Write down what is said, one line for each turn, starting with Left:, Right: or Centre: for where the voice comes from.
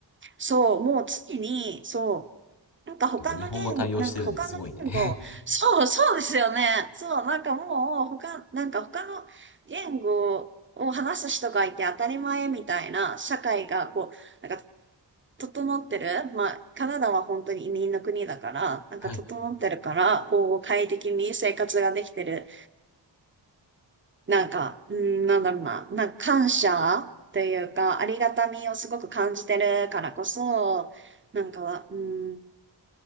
Right: そう、もう常に、そう、なんか他の言、
Left: てか、日本語対応してるんだ、
Right: なんか他の言語、
Left: すごいね。
Right: そう、そうですよね。そう、なんかもう、他、なんか他の言語を話す人がいて当たり前みたいな社会が、こう、なんか整ってる、まあ、カナダは本当に移民の国だから、なんか整ってるから、
Left: <laughs> はい。
Right: こう、快適に生活ができてる。なんか、うん、なんだろうな、なんか感謝というか、ありがたみをすごく感じてるからこそ、なんかは、うん、